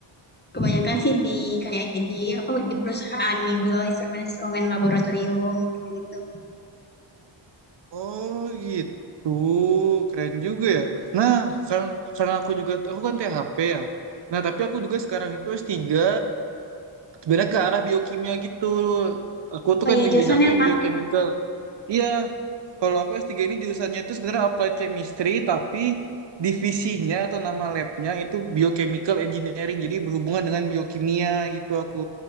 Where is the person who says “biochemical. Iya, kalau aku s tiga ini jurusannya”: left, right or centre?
Right